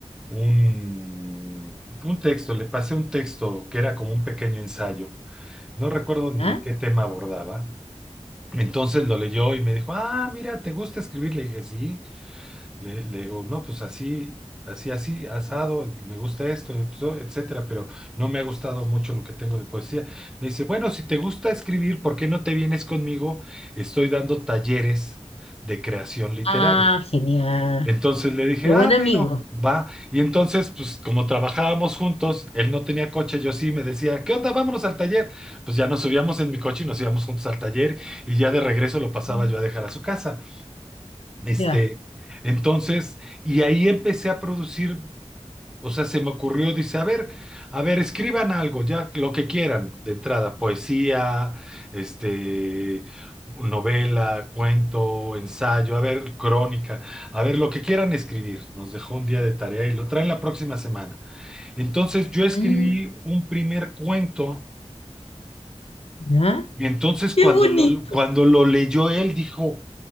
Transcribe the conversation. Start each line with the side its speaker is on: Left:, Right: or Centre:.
Centre: un, un texto, le pasé un texto que era como un pequeño ensayo. No recuerdo
Left: ya.
Centre: ni de qué tema abordaba. Entonces lo leyó y me dijo, ah, mira, ¿te gusta escribir? Le dije, sí. Le, le digo, no, pues así, así, así, asado, me gusta esto, esto, etcétera, pero no me ha gustado mucho lo que tengo de poesía. Me dice, bueno, si te gusta escribir, ¿por qué no te vienes conmigo? Estoy dando talleres de creación literaria.
Left: Ah, genial.
Centre: Entonces le dije,
Left: Qué buen
Centre: ah, bueno,
Left: amigo.
Centre: va. Y entonces, pues como trabajábamos juntos, él no tenía coche, yo sí, me decía, ¿qué onda? Vámonos al taller. Pues ya nos subíamos en mi coche y nos íbamos juntos al taller y ya de regreso lo pasaba
Left: Mm.
Centre: yo a dejar a su casa. Este,
Left: Ya.
Centre: entonces, y ahí empecé a producir. O sea, se me ocurrió, dice, a ver, a ver, escriban algo, ya, lo que quieran, de entrada, poesía, este, novela, cuento, ensayo, a ver, crónica, a ver, lo que quieran escribir. Nos dejó un día de tarea y lo traen la próxima semana. Entonces yo escribí
Left: Mm,
Centre: un primer cuento
Left: ya.
Centre: y entonces
Left: Qué
Centre: cuando
Left: bonito.
Centre: lo, cuando lo leyó él dijo,